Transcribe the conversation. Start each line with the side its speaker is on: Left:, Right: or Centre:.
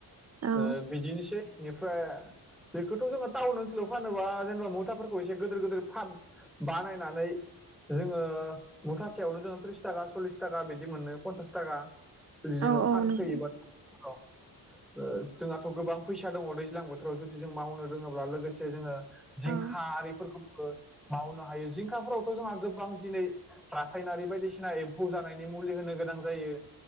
Right: औ
Centre: ओ बिदिनोसै बेनिफ्राय बेखौथ' जोंहा टाउन ओनसोलाव फानोबा जेनेबा मुथाफोरखौ एसे गिदिर गिदिर फाब बानायनानै जोङो मुथासेयावनो जोङो त्रिस थाखा सल्लिस थाखा बिदि मोनो पन्सास थाखा। जोङो
Right: औ औ
Centre: फानफैयोमोन।
Right: नंगौ
Centre: औ जोंहाथ' गोबां फैसा दङ दैज्लां बोथोराव जुदि जों मावनो रोङोब्ला लोगोसे जोङो जिंखा
Right: औ
Centre: आरिफोरखौ मावनो हायो जिंखाफोरावथ' जोंहा गोबां दिनै रासायनारि बायदिसिना एम्फौ जानायनि मुलि होनो गोनां जायो।